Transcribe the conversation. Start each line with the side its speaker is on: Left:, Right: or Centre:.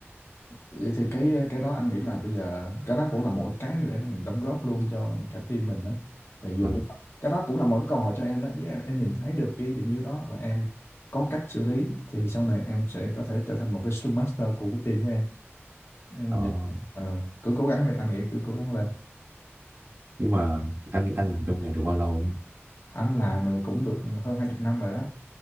Left: Vậy thì cái cái đó anh nghĩ là bây giờ cái đó cũng là một cái mà để mình đóng góp luôn cho cả team mình đó. Thì
Right: ờ.
Left: dù cho cái đó cũng là một cái câu hỏi cho em đó, nếu em, em nhìn thấy được cái điểm yếu đó và em có cách xử lý thì sau này em sẽ có thể trở thành một cái Scrum Master của cái team của em. Để mình
Right: Ờ.
Left: nhìn, ờ, cứ cố gắng đi, anh nghĩ cứ cố gắng lên.
Right: nhưng mà anh anh làm trong nghề được bao lâu anh
Left: Anh làm thì cũng được hơn hai chục năm rồi đó.